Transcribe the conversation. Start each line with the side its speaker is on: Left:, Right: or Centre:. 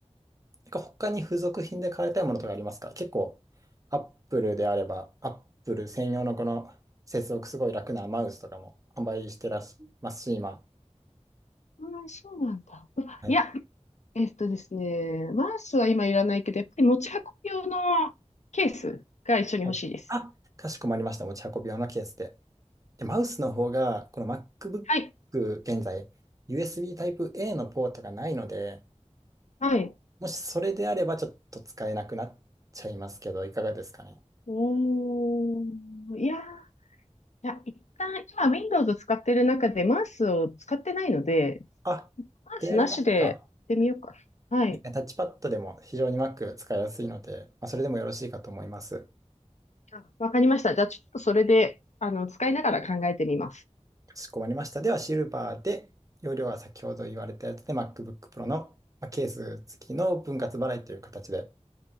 Right: てか他に付属品で買いたいものとかありますか結構、アップルであれば、アップル専用のこの接続すごい楽なマウスとかも販売してらっしゃいますし、今。
Left: ああ、そうなんだ。
Right: はい。
Left: いや、えっとですね、マウスは今いらないけど、やっぱり持ち運び用のケースが一緒に欲しいです。
Right: はい。あ、かしこまりました。持ち運び用のケースで。で、マウスの方が、この MacBook
Left: はい。
Right: 現在、USB タイプ a のポートがないので、
Left: はい。
Right: もしそれであればちょっと使えなくなっちゃいますけど、いかがですかね。
Left: おー、いやー、いや、一旦、今 Windows を使ってる中でマウスを使ってないので、
Right: あ、
Left: パンツなしでやってみようかな。
Right: でありますか
Left: はい。
Right: タッチパッドでも非常に Mac 使いやすいので、まあ、それでもよろしいかと思います。
Left: あわかりました。じゃあ、ちょっとそれで、あの、使いながら考えてみます。
Right: かしこまりました。では、シルバーで、容量は先ほど言われたやつで MacBook Pro のまあケース付きの分割払いという形で。